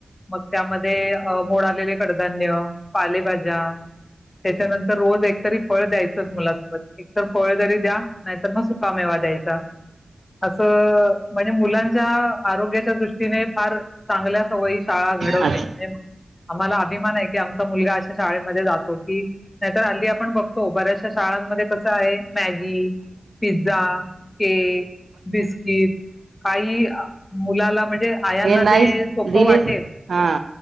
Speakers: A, on the left (about 35°); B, on the right (about 75°).
A: मग त्यामध्ये अ मोड आलेले कडधान्य, पालेभाज्या त्याच्यानंतर रोज एकतरी फळ द्यायचंच मलासोबत एकतर फळ तरी द्या नाही तर मग सुका मेवा द्यायचा. असं म्हणजे मुलांच्या आरोग्याच्या दृष्टीने फार चांगल्या सवयी शाळा घडवते,
B: अच्छा
A: आम्हाला अभिमान आहे की आमचा मुलगा शाळेमध्ये जातो की नाहीतर अली आपण बघतो बऱ्याचशा शाळांमध्ये कसं आहे. मॅगी, पिझ्झा, केक, बिस्किट, काही मुलाला म्हणजे आयांना
B: हे नाहीच
A: जे सोपं
B: दिलेच
A: वाटेल.
B: हा.